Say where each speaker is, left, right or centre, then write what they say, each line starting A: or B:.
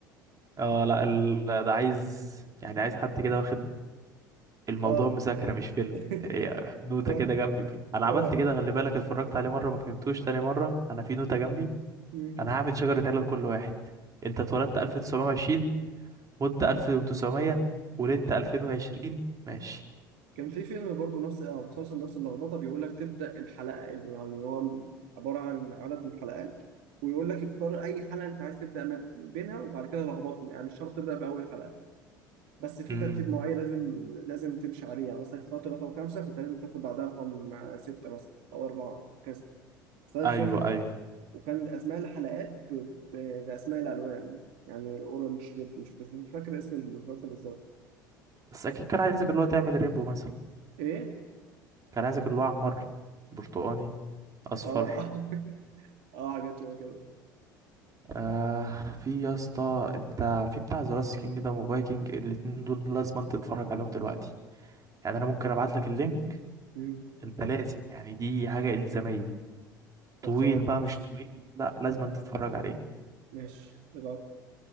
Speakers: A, on the right; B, on the right.
A: اه لا ال... ده عايز يعني عايز حد كده واخد الموضوع
B: اه
A: مذاكرة مش فيلم
B: <laughs>
A: إيه، نوتة
B: ورا
A: كده جنبي
B: ورا
A: انا عملت كده خلي بالك اتفرجت عليه مرة ما فهمتوش تاني مرة انا في نوتة جنبي
B: مم.
A: انا هعمل شجرة عيلة لكل واحد انت اتولدت 1920 مت 1900 ولدت 2020 ماشي
B: كان في فيلم برضو نفس آه مسلسل نفس اللخبطه بيقول لك تبدا الحلقه يعني هو عباره عن عدد من الحلقات ويقول لك اختار اي حلقه انت عايز تبدا ما بينها وبعد كده لخبطهم يعني مش شرط تبدا باول حلقه بس في
A: امم
B: ترتيب معين لازم لازم تمشي عليه يعني مثلا اخترت رقم خمسه فانت لازم تاخد بعدها رقم آه، سته مثلا او اربعه وكذا بس انا
A: ايوه
B: مش فاكر
A: ايوه
B: وكان اسماء الحلقات ب... ب... باسماء الالوان يعني اورنج ريد مش بس مش فاكر اسم المسلسل بالظبط
A: بس اكيد كان عايزك اللي هو تعمل رينبو مثلا
B: ايه
A: كان عايزك اللي هو احمر برتقاني اصفر
B: اه <laughs> اه حاجات شبه كده
A: آه في يا اسطى انت في بتاع ذا لاست كينجدم وفايكنج الاتنين دول لازم انت تتفرج عليهم دلوقتي يعني انا ممكن ابعت لك اللينك
B: مم.
A: انت لازم يعني دي حاجه الزاميه طويل
B: خلصانه
A: بقى
B: ماشي
A: مش طويل لا لازم انت تتفرج عليه
B: ماشي يبقى